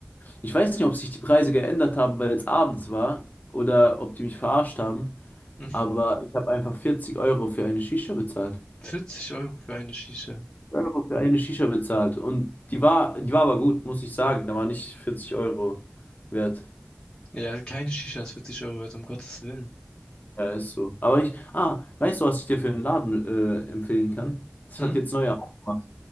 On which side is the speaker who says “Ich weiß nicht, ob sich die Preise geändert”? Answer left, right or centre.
Left